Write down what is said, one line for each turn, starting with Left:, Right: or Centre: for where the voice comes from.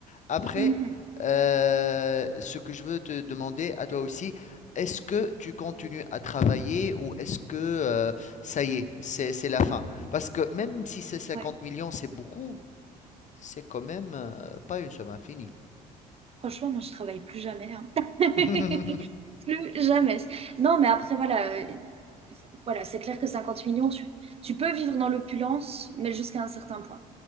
Left: après,
Right: Mhm,
Left: euh, ce que je veux te demander à toi aussi, est-ce que tu continues à travailler ou est-ce que euh, ça y est, c'est, c'est la fin? Parce que même si c'est cinquante
Right: ouais.
Left: millions, c'est beaucoup, c'est quand même euh, pas une somme infinie.
Right: Franchement, moi, je travaille plus jamais. hein. <laughs>
Left: <laughs>
Right: Plus jamais. Non, mais après, voilà, euh, voilà, c'est clair que 50 millions, tu, tu peux vivre dans l'opulence, mais jusqu'à un certain point.